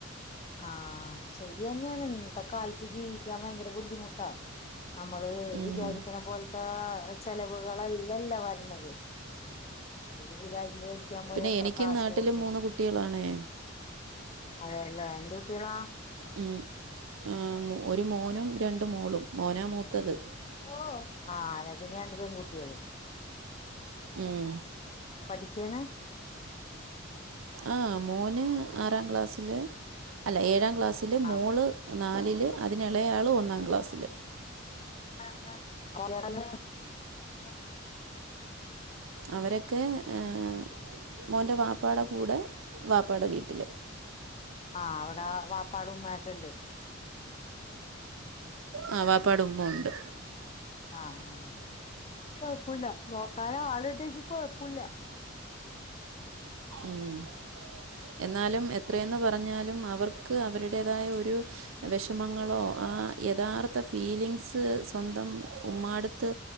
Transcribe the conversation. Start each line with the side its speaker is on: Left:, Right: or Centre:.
Left: ആ ആ ശരിന്നെണ് ഇന്നത്തെ കാലത്ത് ജീവിക്കാൻ ഭയങ്കര ബുദ്ധിമുട്ടാ നമ്മള്
Right: ഉം.
Left: വിചാരിക്കണ പോലത്തെ ചെലവുകളെല്ലെല്ലാ വരണത് <unintelligible> മേടിക്കാൻ പോയ
Right: പിന്നെ
Left: എത്ര
Right: എനിക്ക്
Left: കാശ്
Right: നാട്ടിലും
Left: കൊടുക്കണം
Right: മൂന്ന് കുട്ടികളാണേ
Left: അതെല്ലേ എന്ത് കുട്ടികളാ
Right: ഉം ആഹ് മോ ഒരു മോനും രണ്ട് മോളും മോനാ മൂത്തത്
Left: ഓ <unintelligible> പിന്നെ രണ്ട് പെൺകുട്ടികള്
Right: ഉം
Left: പഠിക്ക്ണ്
Right: ആ മോന് ആറാം ക്ലാസ്സില് അല്ല ഏഴാം ക്ലാ സ്സില് മോള്
Left: ആ
Right: നാലില് അതിനെളയാള് ഒന്നാം ക്ലാസ്സില്
Left: <inaudible>
Right: അവരൊക്കെ ഏഹ് മോന്റെ വാപ്പാട കൂടെ വാപ്പാട വീട്ടില്
Left: ആ അവിടെ വാപ്പാട ഉമ്മയൊക്കണ്ട്
Right: ആ വാപ്പാട ഉമ്മ ഉണ്ട്
Left: ആ ആ കൊഴപ്പോല്ല നോക്കാനാളുണ്ടെങ്കി കൊഴപ്പോല്ല
Right: ഉം എന്നാലും എത്രയെന്ന് പറഞ്ഞാലും അവർ ക്ക് അവരുടേതായ ഒരു വിഷമങ്ങളോ ആ യഥാർത്ഥ ഫീലിങ്സ് സ് സ്വന്തം ഉമ്മാട്ത്ത്